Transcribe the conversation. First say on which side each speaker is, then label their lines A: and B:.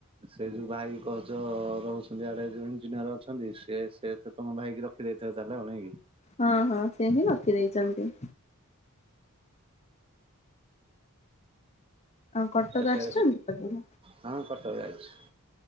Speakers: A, on the right (about 25°); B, on the left (about 30°).
A: ସେ ଯୋଉ ଭାଇ କହୁଚ ରହୁଛନ୍ତି ଇଆଡେ, ଯୋଉ ଇଞ୍ଜିନିୟର ଅଛନ୍ତି, ସେ, ସେ ତ ତମ ଭାଇକି ରଖି ଦେଇଥିବ ତାହାଲେ ଆଉ, ନାଇଁକି?
B: ହଁ ହଁ, ସେ ହିଁ ରଖି ଦେଇଚନ୍ତି। ଆଉ କଟକ
A: କେତେ
B: ଆସିଛନ୍ତି କଟକ?
A: ହଁ, କଟକ ଯାଇଛି।